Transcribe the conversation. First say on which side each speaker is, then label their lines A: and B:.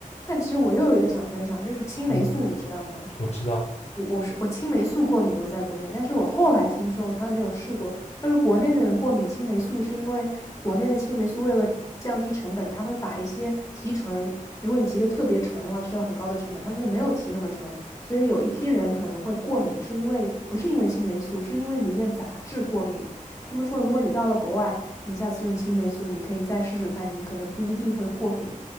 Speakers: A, on the left; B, on the left.
A: 但其实我又有一个想分享，就是青霉素，
B: 嗯，
A: 你知道吗？
B: 我知道。
A: 我我是我青霉素过敏，我在国内，但是我后来听说，我从来没有试过。他说国内的人过敏青霉素是因为国内的青霉素为了降低成本，他会把一些提纯，如果你提的特别纯的话，需要很高的成本，他们就没有提那么纯，所以有一批人可能会过敏，是因为不是因为青霉素，是因为里面杂质过敏。他们说，如果你到了国外，你下次用青霉素，你可以再试试看，你可能不一定会过敏。